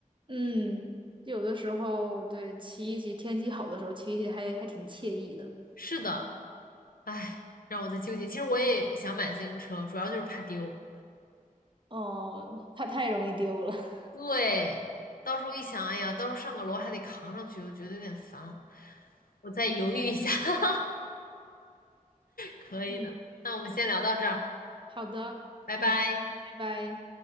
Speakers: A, on the right; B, on the left.
A: 嗯，有的时候对骑一骑，天气好的时候骑一骑还还挺惬意的。
B: 是的，哎，让我在纠结。其实我也想买自行车，主要就是怕丢。
A: 哦，它太容易丢了。<laughs>
B: 对，到时候一想，哎呀，到时候上个楼还得扛上去，我觉得有点烦。我再犹豫一下。<laughs> 可以的。
A: 嗯，
B: 那我们先聊到这儿，
A: 好的，
B: 拜拜。
A: 嗯，拜拜。